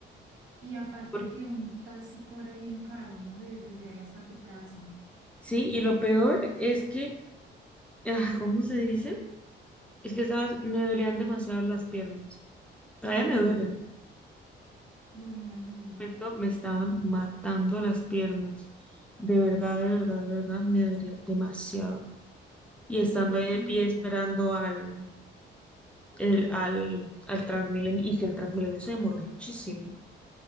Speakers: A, on the right; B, in the centre.
A: Y aparte
B: Por-
A: que un taxi cobra bien caro, ¿no? De- Desde ahí hasta tu casa.
B: Sí, y lo peor es que, ah, ¿cómo se dice? Es que estaba, me dolían demasiado las piernas. Todavía
A: Ay,
B: me
A: no.
B: duelen.
A: No me imagino.
B: En este momento me estaban matando las piernas. De verdad, de verdad, de verdad, me dolía demasiado. Y
A: Y
B: estando
A: por el frío.
B: ahí de pie esperando al, el, al, al Transmilenio, y si el Transmilenio se demoró muchísimo.